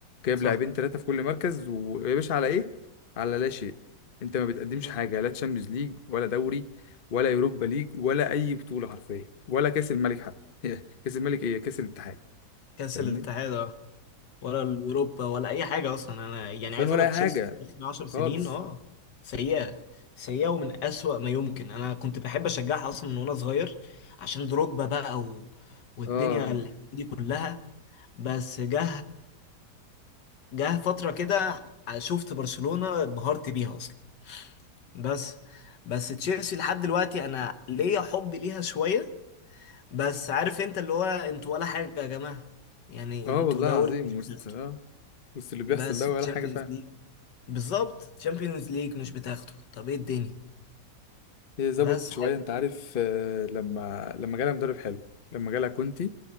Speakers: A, on the left; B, on the left.
A: جايب
B: صح
A: لاعبين ثلاثه في كل مركز ويا باشا على ايه على لا شيء انت ما بتقدمش
B: أمم.
A: حاجه لا تشامبيونز ليج ولا دوري ولا يوروبا ليج ولا اي بطوله حرفيا ولا كاس الملك حتى <laughs> كاس الملك ايه كاس الاتحاد
B: كاس
A: فاهمني
B: الاتحاد اه ولا اليوروبا ولا اي حاجة اصلا انا يعني
A: عارفين
B: عايز
A: ولا
B: اقول لك
A: اي
B: تشيلسي
A: حاجه
B: في اخر 10 سنين
A: خالص
B: اه سيئة سيئة ومن أسوأ ما يمكن انا كنت بحب اشجعها اصلا من وانا صغير عشان دروجبا بقى و... والدنيا
A: اه
B: ال- دي كلها بس جه جه فترة كده شفت برشلونة انبهرت بيها اصلا بس بس تشيلسي لحد دلوقتي انا ليا حب ليها شويه بس عارف انت اللي هو انتوا ولا حاجه يا جماعه يعني
A: اه
B: انتوا
A: والله
B: دوري
A: العظيم
B: مش بتاخده
A: وسط اه وسط اللي بيحصل
B: بس
A: ده
B: تشامبيونز
A: ولا حاجه فاهم
B: ليج بالظبط تشامبيونز ليج مش بتاخده طب ايه الدنيا
A: هي ظبطت
B: بس
A: شويه
B: حاجه
A: انت عارف
B: غريبة.
A: آه، لما لما جالها مدرب حلو لما جالها كونتي